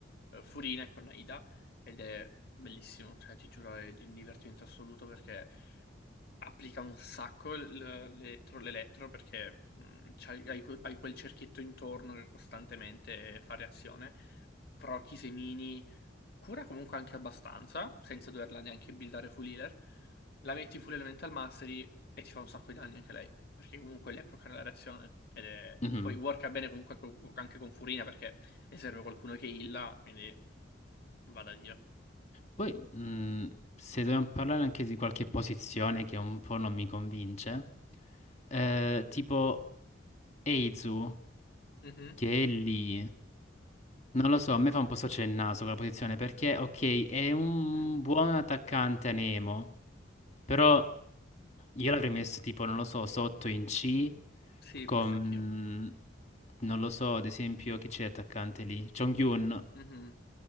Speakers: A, on the left; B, on the left.
A: eh, Furina e con Aida. Ed è bellissimo, cioè ti giuro è di un divertimento assoluto perché applica un sacco l- l'elettro, l'elettro perché mh, c'hai- hai, que- hai quel cerchietto intorno che costantemente fa reazione. Proc, i semini, cura comunque anche abbastanza, senza doverla neanche buildare full healer. La metti full elemental mastery e ti fa un sacco di danni anche lei, perché comunque lei procca la reazione. Ed è...
B: Mhm.
A: Poi worka bene comunque co- anche con Furina perché le serve qualcuno che illa, quindi vada Dio.
B: Poi mh, se dobbiamo parlare anche di qualche posizione che un po' non mi convince, eh, tipo Eizu
A: Mhm.
B: che è lì, non lo so, a me fa un po' storcere il naso quella posizione perché ok è un
A: Mm.
B: buon attaccante a Nemo, però... Io l'avrei messo tipo, non lo so, sotto in C
A: Sì,
B: con,
A: forse anch'io.
B: non lo so, ad esempio, chi c'è attaccante lì? Jong-un.
A: Mhm.